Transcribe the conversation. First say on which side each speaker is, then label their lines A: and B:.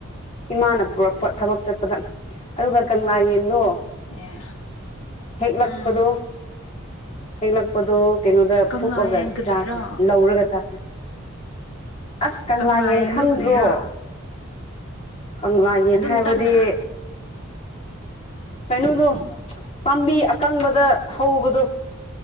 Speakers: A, on the left (about 30°); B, on the left (about 70°).
A: ꯏꯃꯥꯅ ꯄꯨꯔꯛꯄ ꯊꯕꯛ ꯆꯠꯄꯗ ꯑꯗꯨꯒ ꯀꯪꯂꯥ ꯌꯦꯟꯗꯣ
B: ꯑꯦ
A: ꯍꯦꯛꯂꯛꯄꯗꯣ
B: ꯎꯝ
A: ꯍꯦꯛꯂꯛꯄꯗꯣ ꯀꯩꯅꯣꯗ
B: ꯀꯪꯂꯥꯌꯦꯟ
A: ꯐꯨꯞꯑꯒ
B: ꯀꯔꯤꯔꯥ
A: ꯆꯥꯈ꯭ꯔꯦ ꯂꯧꯔꯒ ꯆꯥꯈ꯭ꯔꯦ ꯑꯁ ꯀꯪꯂꯥ
B: ꯀꯪꯂꯥꯌꯦꯟꯗꯣ
A: ꯌꯦꯟ ꯈꯪꯗ꯭ꯔꯣ
B: ꯀꯔꯤꯔꯥ
A: ꯀꯪꯂꯥ ꯌꯦꯟ
B: ꯑꯗꯨꯝ
A: ꯍꯥꯏꯕꯗꯤ
B: ꯇꯞꯅ
A: ꯀꯩꯅꯣꯗꯣ ꯄꯥꯝꯕꯤ ꯑꯀꯪꯕꯗ ꯑꯗ ꯍꯧꯕꯗꯣ